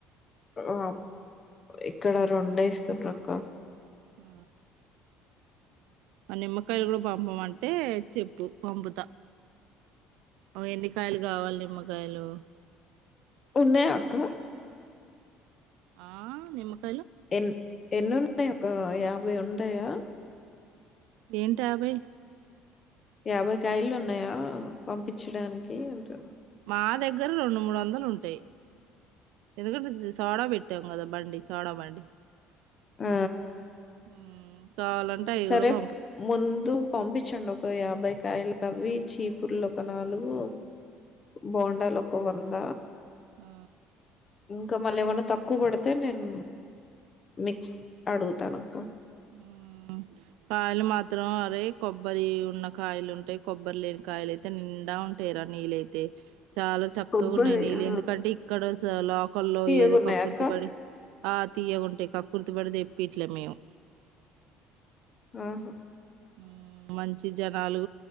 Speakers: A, on the left (about 20°); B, on the right (about 75°).
A: ఆ ఇక్కడ రెండే ఇస్తున్నారు అక్క
B: ఆ మన నిమ్మకాయలు కూడా పంపమంటే చెప్పు పంపుతా ఎన్నికాయలు కావాలి నిమ్మకాయలు
A: ఉన్నాయా అక్క
B: ఆ నిమ్మకాయ
A: ఎన్ ఎన్ని ఉంటాయి ఒక యాభై ఉంటాయా
B: ఏంటి యాబై
A: యాభై కాయలు ఉన్నాయా పంపించడానికి అంటున్నా
B: మా దగ్గర రెండు మూడు వందలు ఉంటాయి ఎందుకంట సోడా పెట్టాం బండి సోడా బండి
A: ఆ
B: హ్మ్. కావాలంటే అవి
A: సరే
B: కూడా పంపుతా
A: ముందు పంపించండి ఒక యాభైకాయలు అవి చీపుర్లు ఒక నాలుగు బోండాలు ఒక వంద
B: ఆ
A: ఇంకా మళ్ళీ ఏమన్నా తక్కువ పడితే నేను మి అడుగుతాను అక్క
B: ఉ కాయలు మాత్రం అరే కొబ్బరి ఉన్న కాయలు ఉంటాయి కొబ్బరి లేని కాయలు అయితే నిండా ఉంటేరా నీలైతే చాలా చక్కగా
A: కొబ్బరి
B: ఉన్నాయి నీళ్ళు
A: ఆ
B: ఎందుకంటే ఇక్కడ లోకల్లో
A: తీయగున్నాయా
B: ఏదో కక్కుర్తి
A: అక్క
B: పడి తీయగా ఉంటాయి ఆ కక్కుర్తి పడి తెప్పియట్లేదు మేము
A: ఆహా
B: మ్మ్, మంచి జనాలు